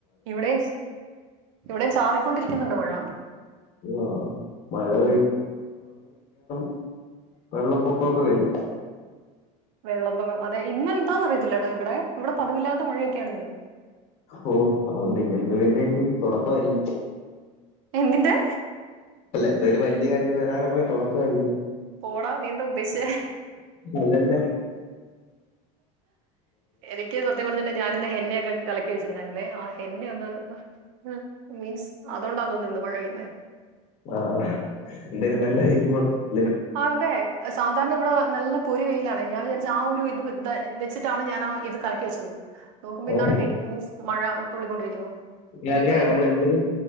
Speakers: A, on the right (about 80°); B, on the left (about 40°).
A: ഇവിടെയും ഇവിടെയും ചാറിക്കൊണ്ടിരിക്കുന്നുണ്ട് മഴ
B: ആഹ് മഴ <unintelligible> വെള്ളപ്പൊക്കമൊക്കെ വരും
A: വെള്ളപ്പൊക്കം അതെ ഇന്നെന്താ അറിയത്തില്ല കേട്ടോ ഇവിടെ ഇവിടെ പതിവില്ലാത്ത മഴയൊക്കെയാണ് ഇന്ന്
B: ഓ <unintelligible> തുടക്കമായിരിക്കും
A: എന്തിന്റെ
B: അല്ല എന്തായാലും വല്യ കാര്യങ്ങൾ വരാനുള്ളതിന്റെ തൊടക്കായിരിക്കുംമ്ന്ന്
A: പോടാ നീന്താ ഉദ്ദേശിച്ചേ
B: അല്ലല്ല
A: എനിക്ക് സത്യം പറഞ്ഞണ്ടേ ഞാനിന്നെ എണ്ണയൊക്കെ കലക്കി വെച്ചിട്ട്ണ്ടായിരുന്നേ ആ എണ്ണയൊന്ന് ഒന്ന് മീൻസ് അതുകൊണ്ടാന്ന് തോന്നുന്നു ഇന്ന് മഴ പെയ്യുന്നേ
B: ആ എന്തായും നല്ല <unintelligible>
A: അതെ സാധാരണ ഇവിടെ നല്ല പൊരി വെയ് ലാണെ ഞാൻ വിചാരിച് ആ ഒരു ഇത് ഇത വെച് ട്ടാണ് ഞാനാ ഇത് കലക്കി വെച്ചത് നോക്കുമ്പോ
B: ആ
A: ഇന്നാണേ പെരുംമഴ തുള്ളിക്കൊണ്ടിരിക്കുന്നു ഇനിയിപ്പോ
B: അങ്ങനെ
A: എന്ത്
B: നമ്മൾ എന്തേലും